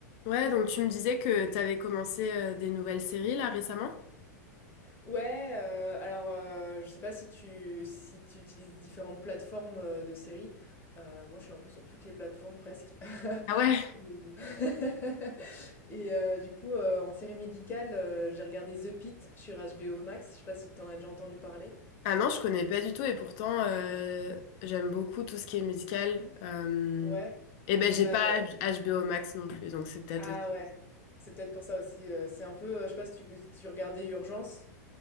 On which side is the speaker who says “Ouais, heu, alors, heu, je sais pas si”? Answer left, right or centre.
Left